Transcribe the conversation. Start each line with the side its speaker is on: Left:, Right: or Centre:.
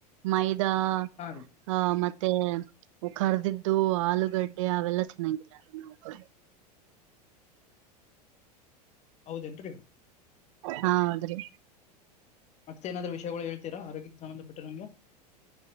Right: ಮೈದಾ
Left: ಹಾ ರೀ
Right: ಆ ಮತ್ತೆ ಮತ್ತೆ ಕರ್ದಿದ್ದು ಆಲೂಗಡ್ಡೆ ಅವೆಲ್ಲ ತಿನ್ನಂಗಿಲ್ಲ ರೀ ನಾವು
Left: ಹೌದೇನ್ರಿ
Right: ಹೌದ್ರಿ
Left: ಮತ್ತೆ ಏನಾದ್ರೂ ವಿಷಯಗಳು ಹೇಳ್ತೀರಾ ಆರೋಗ್ಯಕ್ಕೆ ಸಂಬಂಧಪಟ್ಟ ನಂಗೆ